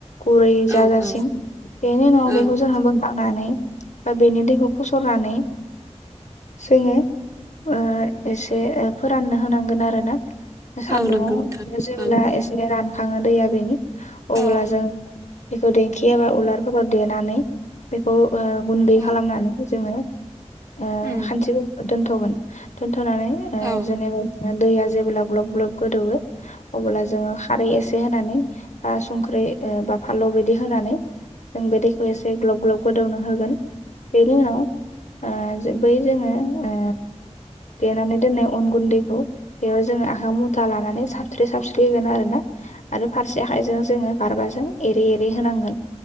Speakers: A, on the left (about 80°); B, on the right (about 25°).
A: गुरै
B: औ
A: जाजासिम
B: औ
A: बेनि उनाव बेखौ
B: औ
A: जोंहा बोखांनानै बा बेनि दैखौ फसरनानै जोङो ओ एसे फोराननो होनांगोन आरो सान्दुङाव
B: औ नंगौ नोंथां
A: जेब्ला
B: औ
A: एसे राना थाङो दैया बेनो अब्ला
B: औ
A: जों बेखौ दै खियाबा उलारफोराव देनानै बेखौ ओ गुन्दै
B: औ
A: खालामनानै जोङो ओ
B: उम
A: खान्थि दोन्थ'गोन दोनथ'नानै
B: औ
A: जेनेबा दैया जेब्ला ग्लब ग्लब गोदौवो अब्ला जोङो खारै एसे होनानै बा संख्रि बा फाललौ बेदि होनानै जों बे दैखौ एसे ग्लब ग्लब गोदौनो होगोन बे बिनि उनाव ओ जो बै जोङो ओ देनानै दोननाय अन गुन्दैखौ बेयाव जोङो आखाइ मुथा लानानै साबस्रि साबस्रि होगोन आरो ना आरो फारसे आखाइजों जोङो गारबाजों एरे एरे होनांगोन